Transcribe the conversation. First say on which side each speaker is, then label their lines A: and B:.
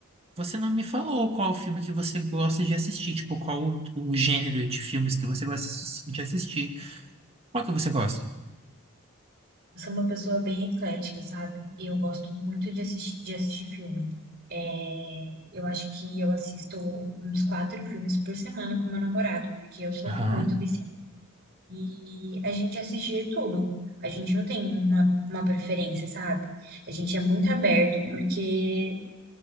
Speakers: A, on the right (about 30°); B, on the right (about 50°).
A: Você não me falou qual filme que você gosta de assistir, tipo, qual o, o gênero de filmes que você gosta de assis- de assistir. Qual que você gosta?
B: Eu sou uma pessoa bem eclética, sabe? Eu gosto muito de assistir, de assistir filme. É, eu acho que eu assisto uns quatro filmes por semana com meu namorado, porque eu sou
A: Aham.
B: muito viciada. E a gente assiste de tudo. A gente não tem uma, uma preferência, sabe? A gente é muito aberto, porque